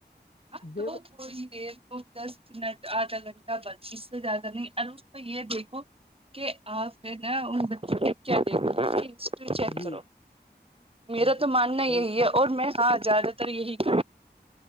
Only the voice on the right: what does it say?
ہ
<inaudible> تھوڑی دیر کو دس منٹ آدھا گھنٹہ بس اس سے زیادہ نہیں ار اس کو یہ دیکھو <inaudible> کہ آپ ہے نا ان بچوں کے کیا د <inaudible> چیک
کرو میرا
تو ماننا یہی
ہے اور میں ہاں زد <inaudible> تر یہی <inaudible>